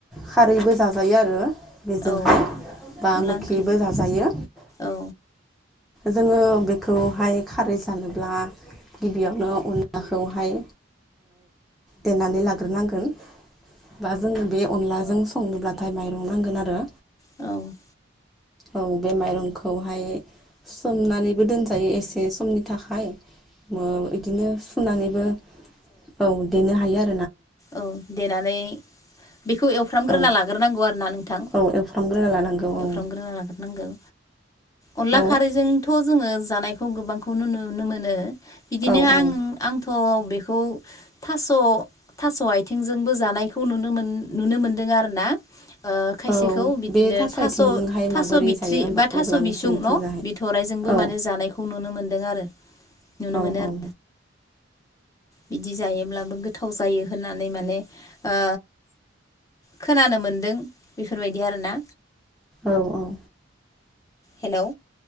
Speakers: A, in the centre; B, on the left.
A: खारैबो जाजायो आरो बेजोंहाय
B: औ
A: बा
B: अनला
A: मोखिबो
B: ओंख्रिजों
A: जाजायो
B: औ
A: जोङो बेखौहाय खारै जानोब्ला गिबियावनो अनलाखौहाय देनानै लाग्रोनांगोन बा जोंनो बे अनलाजों संनोब्लाथाय माइरं नांगोन आरो
B: औ
A: औ बे माइरंखौहाय सोमनानैबो दोनजायो एसे समनि थाखाय ओ बिदिनो सुनानैबो औ देनो हायो आरो
B: औ देनानै बेखौ एवफ्रामग्रोना
A: औ
B: लाग्रोनांगौ आरोना नोंथां
A: औ एवफ्रामग्रोना लानांगौ औ
B: एवफ्रामग्रोना लाग्रोनांगौ अनला
A: औ
B: खारैजोंथ' जोङो जानायखौ गोबांखौनो नुनो मोनो। बिदिनो
A: औ औ
B: आं आंथ' बेखौ थास' थास' आथिंजोंबो जानायखौ नुनो मोन नुनो मोनदों आरो ना ओ खायसेखौ
A: औ
B: बिदिनो
A: बे
B: थास'
A: आथिंजोंहाय
B: थास'
A: माबोरै
B: बिथ्रि
A: जायो होमबा
B: बा थास'
A: अब्ला नोंसोरनिथिंजाहाय
B: बिसुं न' बिथराय जों आंबो
A: औ
B: माने जानायखौ नुनो मोन्दों आरो नुनो
A: औ
B: मोनो
A: औ
B: आरो बिदि जायोब्लाबो गोथाव जायो होननानै माने ओ खोनानो मोनदों बेफोरबायदि आरोना
A: औ औ
B: हेलौ